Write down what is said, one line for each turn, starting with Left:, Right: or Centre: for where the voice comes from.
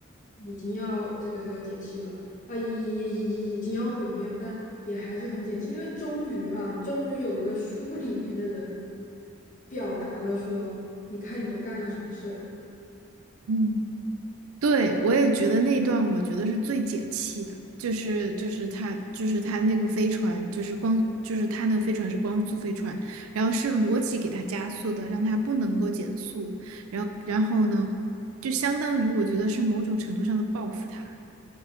Left: 已经要这个这个解气了，啊，已已已已已经要毁灭了，但也还是很解气，因为终于啊，终于有一个书里面的人表达了说，你看你都干了什么事儿。
Right: 嗯，对，我也觉得那段我觉得是最解气的，就是就是他就是他那个飞船，就是光就是他那个飞船是光速飞船，然后是罗辑给他加速的，让他不能够减速，然后然后呢，就相当于我觉得是某种程度上的报复他。